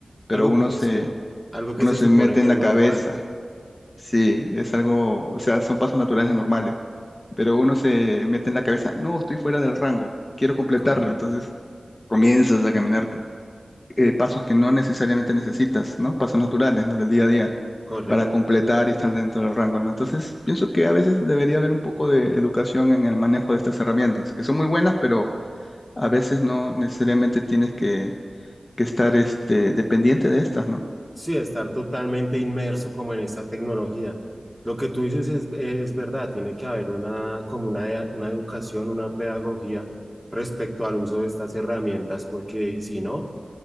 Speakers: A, on the left; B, in the centre.
A: Pero
B: Algo,
A: uno
B: que-
A: se,
B: sí, algo que
A: uno
B: se
A: se
B: supone
A: mete
B: que
A: en
B: es
A: la
B: normal.
A: cabeza, sí, es algo, o sea, son pasos naturales normales, pero uno se mete en la cabeza, no, estoy fuera del rango, quiero completarlo,
B: Correcto,
A: entonces comienzas a caminar eh, pasos que no necesariamente necesitas, ¿no? Pasos naturales, ¿no? Del día a día,
B: correcto.
A: para completar y estar dentro del rango, ¿no? Entonces, pienso que a veces debería haber un poco de educación en el manejo de estas herramientas, que son muy buenas, pero a veces no necesariamente tienes que, que estar este, dependiente de estas, ¿no?
B: Sí, estar totalmente inmerso como en esta tecnología. Lo que tú dices es, es verdad, tiene que haber una, como una, ea- una educación, una pedagogía respecto al uso de estas herramientas, porque y si no,